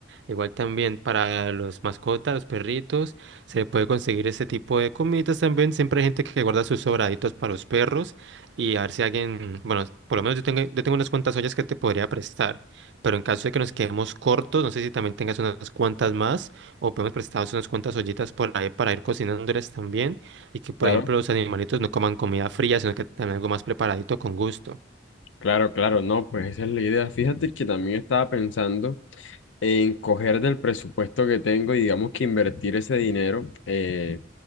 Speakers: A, on the right; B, on the left.
A: Igual también para los mascotas, los perritos, se puede conseguir este tipo de comidas también. Siempre hay gente que guarda sus sobraditos para los perros y a ver si alguien, bueno, por lo menos yo tengo, yo tengo unas cuantas ollas que te podría prestar, pero en caso de que nos quedemos cortos, no sé si también tengas unas cuantas más o podemos prestaros unas cuantas ollitas por ahí para ir cocinándoles también y que, por
B: Claro.
A: ejemplo, los animalitos no coman comida fría, sino que tengan algo más preparadito con gusto.
B: Claro, claro, no, pues esa es la idea. Fíjate que también estaba pensando en coger del presupuesto que tengo y digamos que invertir ese dinero eh,